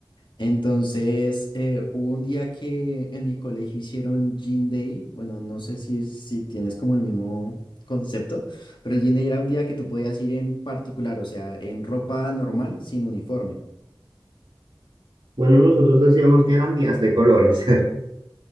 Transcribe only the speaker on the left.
Entonces, eh, hubo un día que en mi colegio hicieron Gin Day. Bueno, no sé si, si tienes como el mismo concepto, pero el Gin Day era un día que tú podías ir en particular, o sea, en ropa normal, sin uniforme.